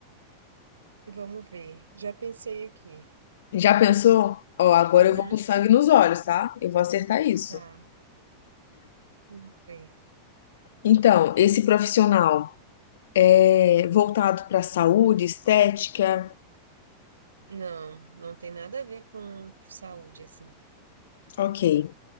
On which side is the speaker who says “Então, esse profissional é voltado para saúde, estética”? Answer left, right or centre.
Left